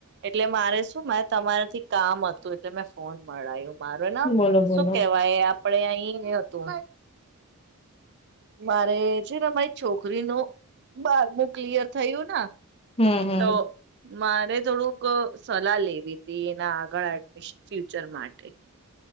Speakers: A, on the right; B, on the left.
A: એટલે મારે શું મારે તમારાથી કામ હતું એટલે મેં ફોન મળાયો. મારો ના
B: બોલો
A: શું
B: બોલો
A: કેવાય આ આપડે અઈ ન હતું. મારે છે ને મારી છોકરી ન બારમું ક્લિયર થયું ને
B: હમ હમ.
A: તો મારે થોડુંક સલાહ લેવી હતી, એના આગળ એડમિશન ફ્યુચર માટે.